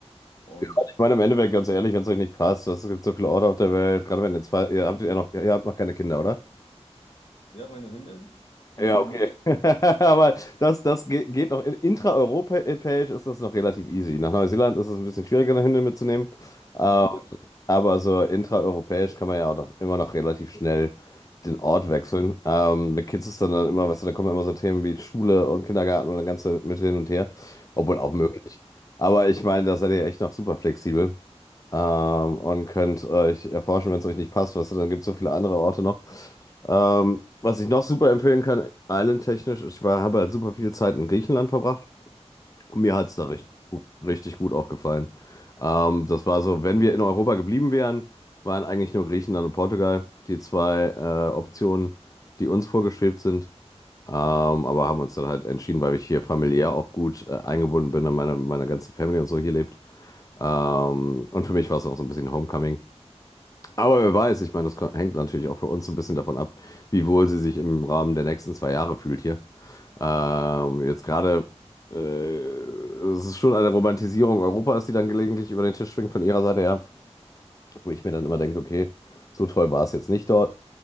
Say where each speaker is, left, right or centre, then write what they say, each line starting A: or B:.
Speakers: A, on the left (about 55°); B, on the left (about 30°).
A: Und
B: Ja, ich meine, im Endeffekt, ganz ehrlich, wenn es euch nicht passt, was, es gibt so viele Orte auf der Welt, gerade wenn ihr zwei, ihr habt ja noch, ihr habt noch keine Kinder, oder?
A: ja, meine Hündin, die
B: Ja,
A: nehmen
B: okay.
A: wir mit.
B: <laughs> Aber das, das ge- geht noch. In- Intraeuropäisch ist das noch relativ easy. Nach Neuseeland ist es ein bisschen schwieriger, eine Hündin mitzunehmen. Ähm,
A: Ja, ja.
B: aber so intraeuropäisch kann man ja auch noch, immer noch relativ schnell den Ort wechseln. Ähm, mit Kids ist dann, dann immer, weißt du, da kommen immer so Themen wie Schule und Kindergarten und das ganze mit hin und her. Obwohl auch
A: Mhm.
B: möglich. Aber ich meine, da seid ihr echt noch super flexibel. Ähm, und könnt euch erforschen, wenn es euch nicht passt, was, dann gibt es so viele andere Orte noch. Ähm, was ich noch super empfehlen kann, islandtechnisch, ich war, habe halt super viel Zeit in Griechenland verbracht und mir hat es
A: Mhm.
B: da richtig gut, richtig gut auch gefallen. Ähm, das war so, wenn wir in Europa geblieben wären, waren eigentlich nur Griechenland und Portugal die zwei äh, Optionen, die uns vorgeschwebt sind. Ähm, aber haben uns dann halt entschieden, weil ich hier familiär auch gut äh, eingebunden bin und meine, meine ganze Family und so hier lebt. Ähm, und für mich war es auch so ein bisschen Homecoming. Aber wer weiß, ich meine, das ko- hängt natürlich auch für uns so ein bisschen davon ab, wie wohl sie sich im Rahmen der nächsten zwei Jahre fühlt hier. Ähm, jetzt gerade, äh, es ist schon eine Romantisierung Europas, die dann gelegentlich über den Tisch schwingt von ihrer Seite her, wo ich mir dann immer denke, okay, so toll war es jetzt nicht dort,